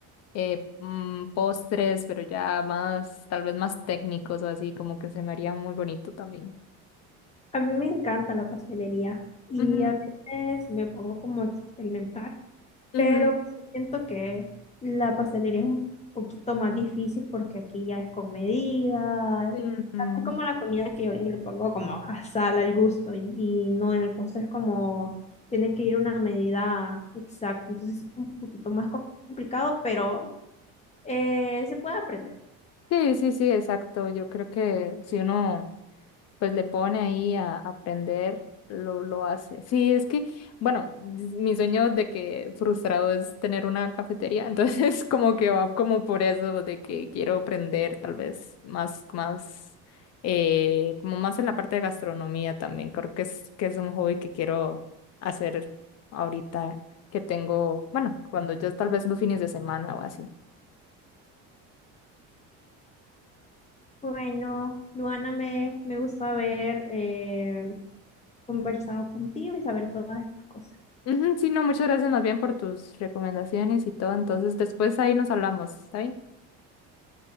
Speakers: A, on the left; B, on the left.
A: eh, mm, postres, pero ya más, tal vez más técnicos o así, como que se me haría muy bonito también.
B: A mí me encanta la pastelería y
A: Ujú,
B: a veces me pongo como a experimentar.
A: ujú,
B: pero sí siento que la pastelería es un poquito más difícil porque aquí ya es con medidas.
A: sí. Ujú.
B: Es como la comida que yo vengo y le pongo como a sal al gusto y, y no en el postre es como tiene que ir una medida exacta, entonces es un poquito más complicado, pero eh, se puede aprender.
A: Sí, sí, sí, exacto. Yo creo que si uno pues le pone ahí a a aprender, lo, lo hace. Sí, es que, bueno, mi sueño de que frustrado es tener una cafetería, entonces <laughs> como que va como por eso de que quiero aprender tal vez más, más, eh, como más en la parte de gastronomía también. Creo que es, que es un hobby que quiero hacer ahorita que tengo, bueno, cuando yo tal vez los fines de semana o así.
B: Bueno, Luana, me, me gusta haber eh, conversado contigo y saber todas estas cosas.
A: Ujú, sí, no, muchas gracias más bien por tus recomendaciones y todo. Entonces, después ahí nos hablamos, ¿está bien?